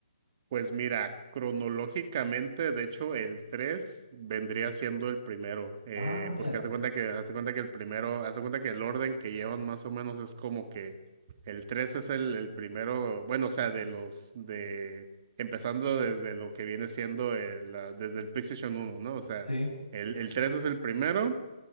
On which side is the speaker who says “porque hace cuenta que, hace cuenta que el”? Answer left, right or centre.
Right